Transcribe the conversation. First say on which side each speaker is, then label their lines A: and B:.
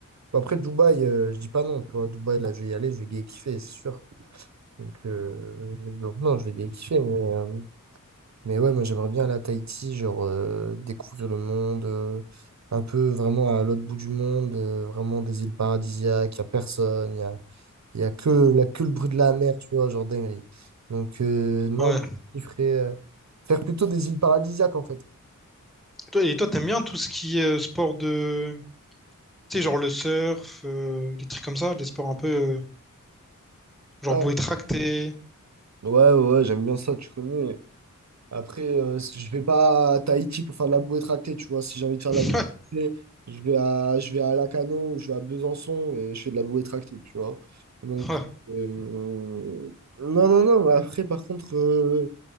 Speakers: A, on the right; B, in the centre.
A: Bah, Après, Dubaï, euh, je dis pas non, tu vois. Dubaï, là, je vais y aller, je vais gay kiffer, c'est sûr. Donc, euh, donc non, je vais gay kiffer, mais, euh, Mais ouais, moi j'aimerais bien aller à Tahiti, genre euh, découvrir le monde, euh, un peu vraiment à l'autre bout du monde, euh, vraiment des îles paradisiaques, il n'y a personne, il n'y a, y a que, la, que le bruit de la mer, tu vois, genre dinguerie. Donc euh, non,
B: Ouais.
A: moi, je ferais euh, faire plutôt des îles paradisiaques en fait.
B: Toi, et toi, t'aimes bien tout ce qui est euh, sport de... Tu sais, genre le surf, euh, les trucs comme ça, des sports un peu, euh, genre
A: Ah,
B: bouée tractée.
A: Ouais, ouais, ouais, j'aime bien ça, tu connais. Après, euh, je vais pas à Tahiti pour faire de la bouée tractée, tu vois. Si j'ai envie de faire
B: <laughs>
A: de la bouée tractée, je vais à, je vais à Lacano, ou je vais à Besançon et je fais de la bouée tractée, tu vois. Donc,
B: Ouais, ouais.
A: euh, non, non, non. bah Après, par contre, euh,